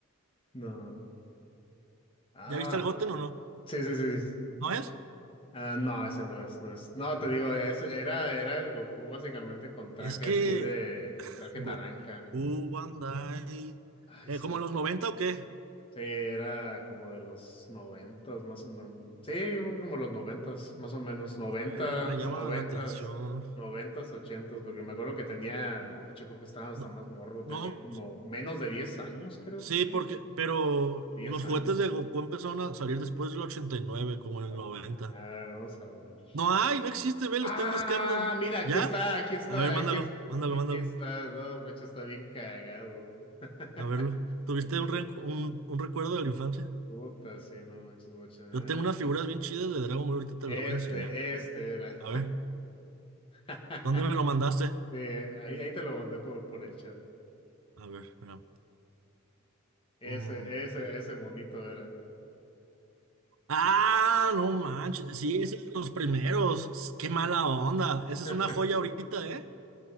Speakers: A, on the left; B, on the right.
A: no. Ah,
B: ¿Ya viste el Goten o no?
A: sí, sí, sí. sí.
B: ¿No es?
A: Ah, no, ese no es, no es. No, te
B: Mm.
A: digo, ese era, era el Goku básicamente con traje
B: Es que
A: así de, el traje
B: Goku,
A: naranja.
B: One Day.
A: Ay,
B: eh,
A: es
B: ¿como
A: que
B: en los 90 o qué?
A: sí, era como de los noventas, más o menos. Sí, yo creo como los noventas, más o menos. Noventas,
B: A ver, me llama
A: noventas,
B: la atención.
A: noventas, ochentas, porque me acuerdo que tenía, no, de hecho creo que estaba hasta
B: No,
A: más morro, tenía
B: no,
A: como menos de diez años, creo,
B: sí,
A: tenía
B: porque, pero
A: diez
B: los
A: años.
B: juguetes de Goku empezaron a salir después del 89 como en
A: A
B: el noventa
A: ver, a ver, vamos a ver.
B: No hay, no existe, ve,
A: Ah,
B: lo estoy buscando.
A: mira, aquí
B: ¿Ya?
A: está, aquí está,
B: A ver, mándalo,
A: aquí es-
B: mándalo,
A: aquí
B: mándalo.
A: está. No, macho, está bien cagado. <laughs>
B: A verlo. ¿Tuviste
A: Está-
B: un, rencu- un, un recuerdo de la infancia?
A: Puta, sí, no manches, guacha. Ah,
B: Yo tengo unas figuras bien chidas de Dragon Ball, ahorita te
A: Este,
B: las voy a enseñar.
A: este era.
B: A ver,
A: <laughs>
B: ¿dónde me lo mandaste?
A: Sí, ahí, ahí te lo mandé por, por el chat.
B: A ver, espera.
A: Ese,
B: Mm.
A: ese, ese monito era.
B: Ah, no manches, sí, ese es de los primeros. Ss, Qué mala onda. Esa es
A: <laughs>
B: una joya ahorita, ¿eh?